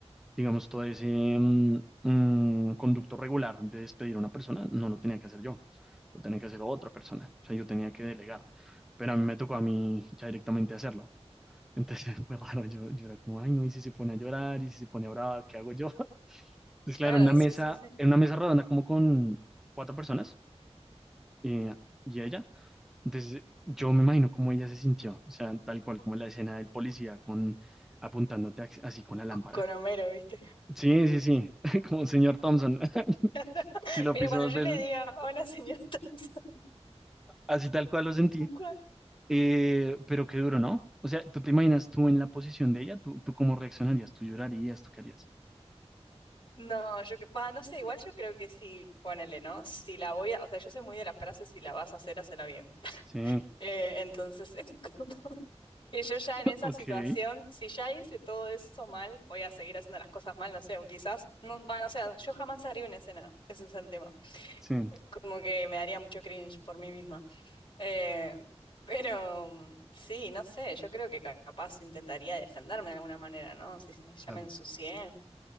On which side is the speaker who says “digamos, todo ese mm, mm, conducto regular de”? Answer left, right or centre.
Centre